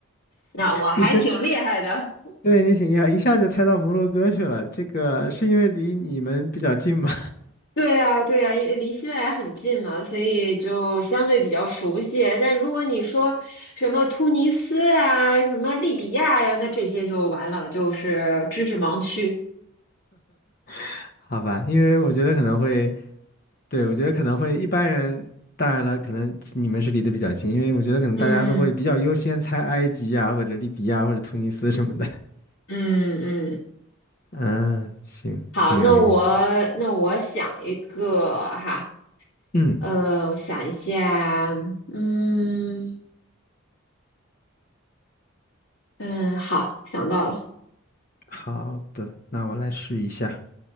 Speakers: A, on the left; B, on the left.
A: 那我还挺厉害的。
B: 你这对你挺厉害，一下就猜到摩洛哥去了。这个是因为离你们比较近吗？
A: 对呀，对呀，因为离西班牙很近嘛，所以就相对比较熟悉。但如果你说什么突尼斯啊、什么利比亚呀，那这些就完了，就是知识盲区。
B: <laughs> 好吧，因为我觉得可能会，对，我觉得可能会一般人，当然了，可能你们是离得比较近，因为我觉得可能大家都会比较优先猜埃及呀，
A: 嗯
B: 或者利比亚或者突尼斯什么的。
A: 嗯嗯，
B: <laughs> 嗯，行，
A: 好，
B: 挺有意思。
A: 那我那我想一个哈，
B: 嗯，
A: 呃，我想一下，嗯嗯，好，想到了，
B: 好的，那我来试一下。